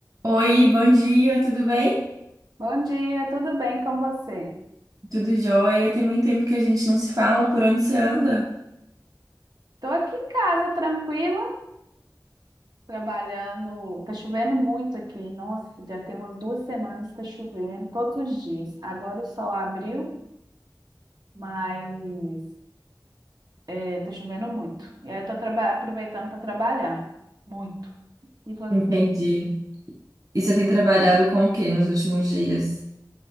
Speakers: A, on the right; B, on the right.
A: Oi, bom dia, tudo bem?
B: Bom dia, tudo bem com você?
A: Tudo jóia? Tem muito tempo que a gente não se fala, por onde você anda?
B: Tô aqui em casa, tranquila, trabalhando. Tá chovendo muito aqui. Nossa, já tem umas duas semanas que tá chovendo, todos os dias. Agora o sol abriu, mas é, tá chovendo muito. E aí eu tô traba- aproveitando para trabalhar, muito. E você?
A: Entendi. E você tem trabalhado com o que nos últimos dias?